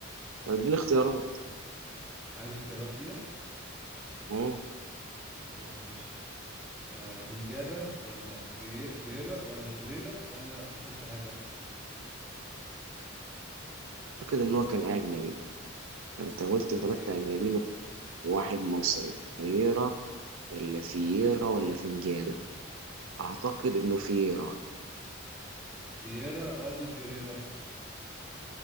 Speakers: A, on the right (about 85°); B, in the centre.
A: طب اديني اختيارات
B: عايز اختيارات فيها؟
A: اه
B: خلاص ماشي آه فينجادا ولا في فييرا ولا فيريرا ولا حسن شحاتة؟
A: اعتقد ان هو كان اجنبي فانت قلت ثلاثة
B: هي
A: اجنبيين وواحد مصري فييرا ولا فييرا ولا فنجادة اعتقد انه فييرا
B: فييرا ولا فيريرا؟